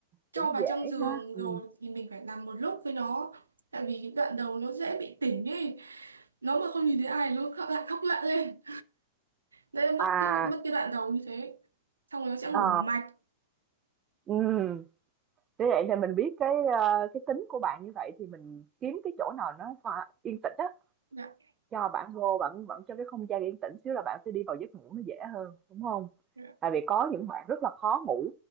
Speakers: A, on the right; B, on the right.
A: cho
B: cũng
A: vào
B: dễ
A: trong giường
B: ha ừ.
A: rồi thì mình phải nằm một lúc với nó tại vì cái đoạn đầu nó dễ bị tỉnh ấy nó mà không nhìn thấy ai nó khóc- lại khóc lạ lên nên mất
B: à
A: cái mất cái đoạn đầu như thế xong rồi nó sẽ ngủ
B: ờ
A: một mạch
B: ừ thế vậy thì mình biết cái ờ, cái tính của bạn như vậy thì mình kiếm cái chỗ nào nó pha- yên tĩnh á
A: dạ
B: cho bạn vô bạn vẫn cho cái không gian yên tĩnh xíu là bạn sẽ đi vào giấc ngủ nó dễ hơn đúng không
A: dạ
B: tại vì có những bạn rất là khó ngủ